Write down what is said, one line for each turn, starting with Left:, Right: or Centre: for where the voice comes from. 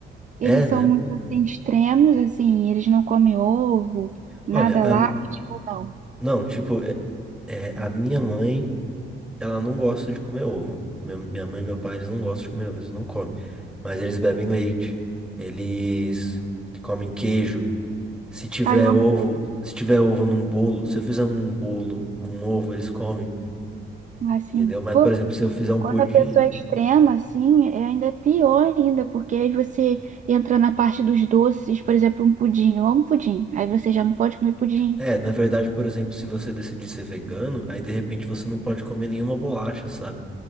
Right: Eles
Centre: É, né?
Right: são muito assim extremos, assim, eles não comem ovo, nada
Centre: Olha, a-
Right: lácteo, não.
Centre: não, tipo, é, é, a minha mãe. Ela não gosta de comer ovo. Meu- minha mãe e meu pai, eles não gostam de comer ovo, eles não comem. Mas eles bebem leite, eles comem queijo. Se tiver
Right: Ah, eu amo
Centre: ovo,
Right: queijo.
Centre: se tiver ovo num bolo, se eu fizer um bolo com ovo, eles comem,
Right: Assim,
Centre: entendeu? Mas,
Right: pô,
Centre: por exemplo, se eu fizer um
Right: quando
Centre: pudim,
Right: a pessoa é extrema, assim, é ainda pior ainda, porque aí você entra na parte dos doces, por exemplo, um pudim. Eu amo pudim. Aí você já não pode comer pudim.
Centre: é, na verdade, por exemplo, se você decidir ser vegano, aí de repente você não pode comer nenhuma bolacha, sabe?